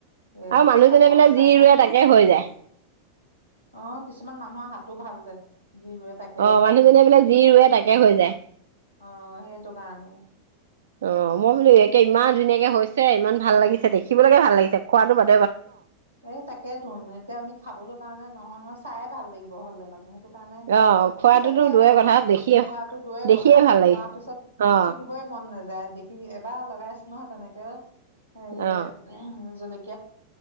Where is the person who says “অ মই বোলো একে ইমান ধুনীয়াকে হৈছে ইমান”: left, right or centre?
Right